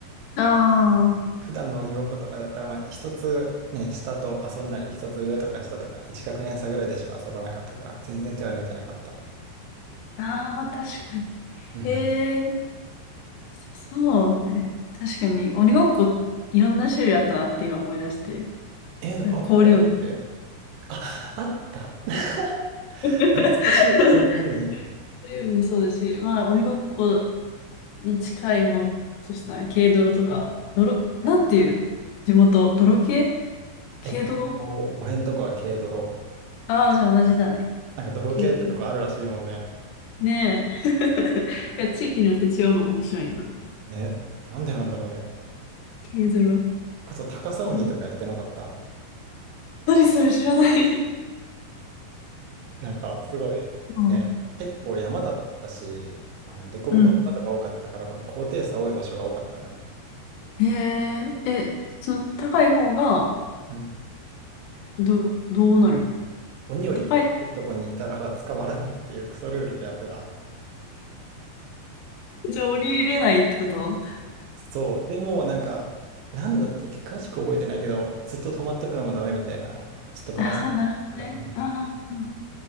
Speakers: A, on the left; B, on the right.
A: あ
B: 普段の鬼ごっことかだったら、まあ、一つね、下と遊んだり、一つ上とか下とか、一学年差ぐらいでしか遊ばなかったから、全然手は抜いてなかった。
A: あ、ああ、確かに。
B: うん。
A: ええそうね。確かに、鬼ごっこ、いろんな種類あったなって今思い出して。
B: えーあったっけ
A: なんか氷鬼。
B: あ、あった。<laughs>
A: <laughs>
B: 懐かしい、
A: 氷
B: こうなるように。は
A: 鬼もそうだし、まあ、鬼ごっこに近いものとしたら、軽泥とか、泥、なんていう地元、
B: いはい
A: 泥系軽泥
B: えっと、俺んとこは軽泥。
A: ああー、じゃあ同じだね。
B: なんか泥系ってとこあるらしいもんね。
A: 軽泥。ねえ。<laughs> いや、地域によって違うの面白いな。
B: ね、なんでなんだろうね。
A: 軽泥。
B: あと、高さ鬼とかやってなかった
A: うん何それ知らない。
B: なんか、すごい、
A: うん
B: ね、結構山だったし、あの、凸凹の岩とか多かったから、
A: うん。
B: この高低差多い場所が多かったのよね。
A: へえ、え、その高い方が、
B: うん
A: ど、どうなる
B: 鬼より高いとこにいたら捕まらないっていうクソルールでやってた。
A: 高い。じゃあ降りれないってこと
B: そう。でも、なんか、なんだったっけ、詳しく覚えてないけど、ずっと止まっとくのもダメみたいな、ちょっとバランスだったけど。
A: ああー、なるほどね。
B: うん
A: ああ、